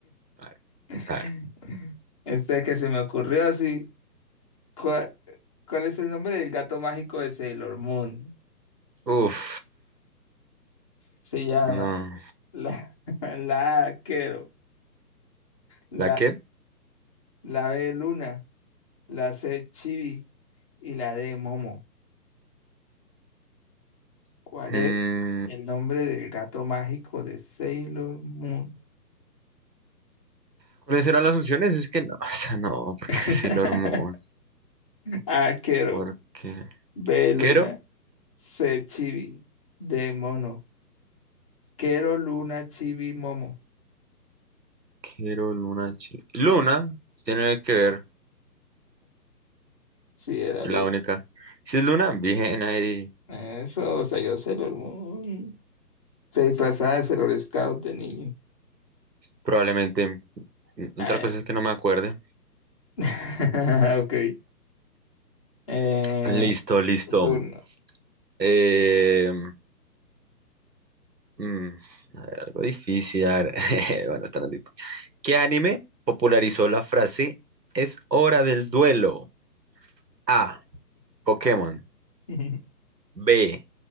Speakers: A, on the right; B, on the left.
A: A ver,
B: <laughs>
A: a ver.
B: Esta que se me ocurrió así. ¿Cuál, cuál es el nombre del gato mágico de Sailor Moon?
A: Uf,
B: Se llama
A: no.
B: la, <laughs> la A, Quero, la,
A: ¿La qué?
B: la B Luna, la C Chibi y la D Momo. ¿Cuál
A: Mm,
B: es el nombre del gato mágico de Sailor Moon?
A: ¿cuáles eran las opciones? Es que no, <laughs> o sea, no, porque
B: <laughs>
A: es el hormón.
B: Aquero,
A: Porque.
B: B luna,
A: ¿Quiero?
B: C chibi, D mono, Quero luna chibi momo.
A: Quiero Luna. chi- Luna tiene que ver,
B: Sí, era
A: es
B: luna.
A: la única. Si es Luna, bien ahí.
B: Eso, o sea, yo Sailor Moon. Se disfrazaba de Sailor Scout de niño.
A: Probablemente. mm,
B: A
A: Otra
B: ver.
A: cosa es que no me acuerde.
B: <laughs> Ok. Eh,
A: Listo, listo.
B: tu turno.
A: Eh, Mm, a ver, algo difícil. a ver, <laughs> Bueno, está difícil. ¿Qué anime popularizó la frase es hora del duelo? A. Pokémon.
B: <laughs>
A: B.